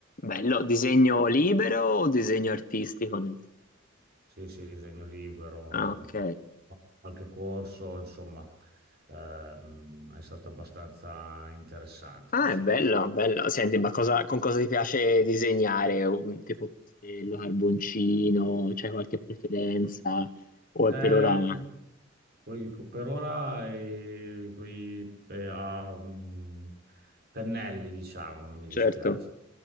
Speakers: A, on the left; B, on the right.
A: Bello, disegno libero o disegno artistico? nel-
B: Sì, sì, disegno libero,
A: Ah,
B: ehm,
A: ok.
B: qualche corso, insomma, ehm, è stato abbastanza interessante,
A: Ah,
B: diciamo.
A: è bello, bello. Senti, ma cosa- con cosa ti piace disegnare? Un- Tipo pastello, carboncino, c'hai qualche preferenza? O è
B: Eh,
A: per ora?
B: poi co- per ora eh, coi- eh, a, mm, pennelli, diciamo, non mi dispiace.
A: Certo.